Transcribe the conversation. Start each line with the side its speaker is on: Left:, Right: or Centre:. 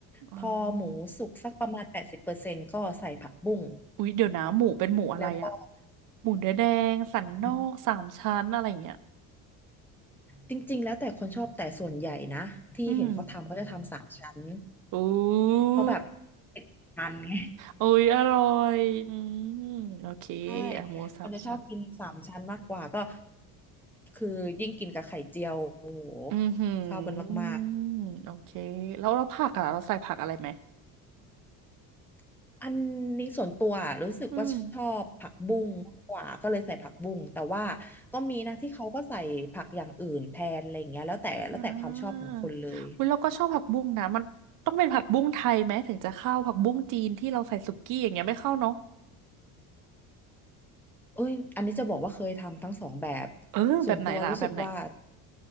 Right: อืม
Centre: พอหมูสุกสักประมาณแปดสิบเปอร์เซ็นต์ก็ใส่ผักบุ้ง
Right: อุ๊ยเดี๋ยวนะหมูเป็นหมูอะไรอะ
Centre: แล้วก็
Right: หมูเนื้อแดงสันนอกสามชั้นอะไรอย่างเงี้ย
Centre: อืมจริงๆแล้วแต่คนชอบแต่ส่วนใหญ่นะที่เห็นเขาทำเขาจะทำสามชั้น
Right: อืมอู้
Centre: เพราะแบบมันไง
Right: อุ๊ยอร่อยอืมโอเค
Centre: ใช่
Right: อะหมูสามชั้น
Centre: คนจะชอบกินสามชั้นมากกว่าก็คือยิ่งกินกับไข่เจียวโอ้โห
Right: อือหื
Centre: เข้ากันมาก
Right: อโอเคแล้วเราผักอะเราใส่ผักอะไรไหม
Centre: ๆอันนี้ส่วนตัวรู้สึกว่าชอบผักบุ้งมากกว่าก็เลยใส่ผักบุ้งแต่ว่า
Right: อืม
Centre: ก็มีนะที่เขาก็ใส่ผักอย่างอื่นแทนอะไรอย่างเงี้ยแล้วแต่แล้วแต่ความชอบของคนเลย
Right: อ่าอุ๊ยเราก็ชอบผักบุ้งนะมันต้องเป็นผักบุ้งไทยไหมถึงจะเข้าผักบุ้งจีนที่เราใส่สุกี้อย่างเงี้ยไม่เข้าเนาะ
Centre: เอ้ยอันนี้จะบอกว่าเคยทำทั้งสองแบบ
Right: เออแบบไหนล่ะแบบไหน
Centre: ส่วนตัวรู้สึกว่า